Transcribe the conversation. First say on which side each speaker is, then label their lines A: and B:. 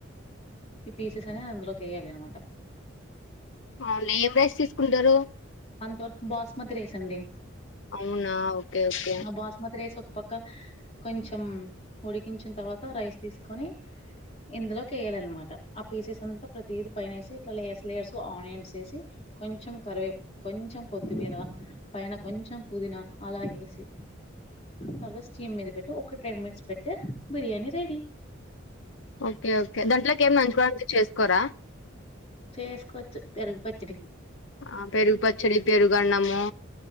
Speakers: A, on the left (about 30°); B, on the left (about 70°).
A: ఈ పీసెస్ అనే అందులోకి ఏయాలి అనమటా
B: అవును ఏం రైస్ తీసుకుంటరు.
A: అంతవరకు బాస్మతి రేస్ అండి.
B: అవునా ఓకే ఓకే
A: ఆ బాస్మతి రేస్ ఒక పక్ క కొంచెం ఉడికించిన తర్వాత రైస్ తీసుకొని ఇందులోకి ఎయాలనమాట ఆ పీసెస్ అంతా ప్రతీది పైనేసి ఇట్లా లేయర్స్ లేయర్స్ కు ఆనియన్స్ ఏసి కొంచెం కరివేపు కొంచెం కొత్తిమీరా పైన కొంచెం పుదీనా అలా ఏసి తర్వాత స్టీమ్ మీద పెట్టు ఒక టెన్ మినిట్స్ పెడ్తే బిర్యానీ రెడీ
B: ఓకే ఓకే దాంట్లో కేమన నంచుకోవడానికి చేసుకోరా
A: చేసుకోవచ్చు పెరుగు పచ్చడి.
B: ఆ పెరుగు పచ్చడి పెరుగు అన్నము.